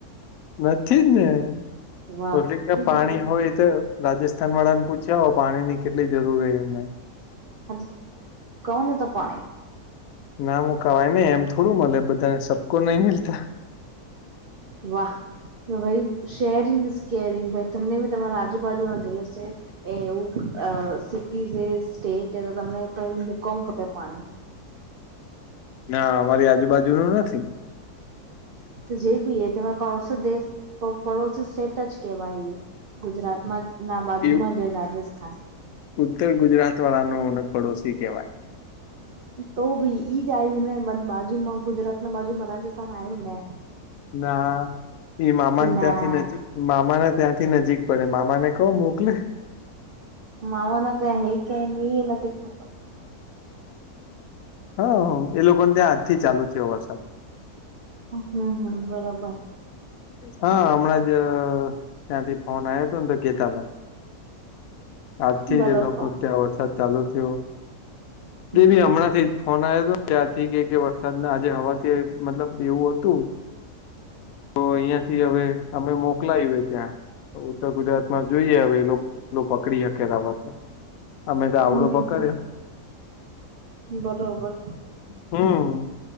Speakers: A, on the left; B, on the right.
A: નથી ને,
B: વાહ
A: <unintelligible> ના
B: ગુજરું
A: પાણી હોય તો રાજસ્થાન વાળા ને પૂછયાવો પાણી ની કેટલી જરૂર હે એમને.
B: <unintelligible> ને તો પાણી
A: ના મુકાવાય ને એમ થોડું મળે બધાને સબકો નહી મીલતા.
B: વાહ તો ભાઈ શેરિંગ ઇઝ કેરિંગ ભાઈ તમને બી તમારા આજુબાજુ ના દેશ છે એ એવું અ સિટી સ્ટેટ તો તમને <unintelligible> પાણી
A: ના અમારી આજુબાજુ નું નથી.
B: તો જે ભી એ તમારો પડોશી દેશ પડોશી સ્ટેટ જ કેવાય. ગુજરાત માં ના બાજુમાં
A: એ
B: જ રાજસ્થાન
A: ઉત્તર ગુજરાત વાળા ન પડોશી કહેવાય
B: તો ભી ઈજ આવ્યું ને બાજુમાં ગુજરાત ના બાજુમાં રાજસ્થાન આવ્યું ને
A: ના ઈ મામાને
B: તું
A: ત્યાંથી
B: ના
A: નજીક મામા ના ત્યાંથી નજીક પડે મામાને કહો મોકલે
B: મામાના ત્યાં હે કે એ નથી ખબર
A: હા હ એ લોકો ને ત્યાં આજ થી ચાલુ થયો વરસાદ
B: હમ હમ બરોબર
A: હા હમણાં જ ત્યાંથી ફોન આવ્યો હતો ને તો કેતા હતા આજથી
B: બરોબર
A: એ લોકો ત્યાં વરસાદ ચાલુ થયો દવીી
B: હમ હમ
A: હમણાંથી ફોન આવ હતો ત્યારથી કે વરસાદ આજે હવાથી મતલબ એવું હતું તો અહિયાં થી હવે અમે મોકલાયું એ ત્યાં ઉત્તર ગુજરાત માં જોઈએ હવે એ એ પકડી શકેલા વ અમે તો
B: હમ
A: આવડો પકડ્યો
B: બરોબર
A: હમ